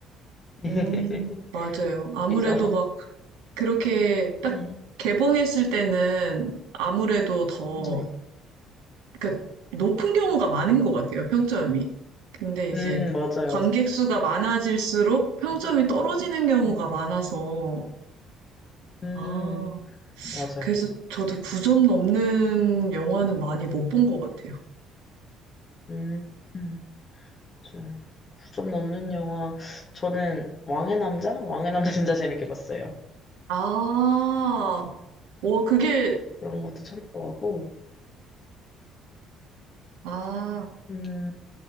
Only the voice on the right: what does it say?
음, 맞아요. 아무래도
막 그렇게 딱
개봉했을 때는 아무래도 더,
그러니까 높은 경우가 많은 것 같아요, 평점이. 근데 이제
관객 수가 많아질수록 평점이 떨어지는 경우가
많아서,
아,
그래서 저도 9점 넘는 영화는 많이 못 본 것 같아요.
아, 와, 그게,
아,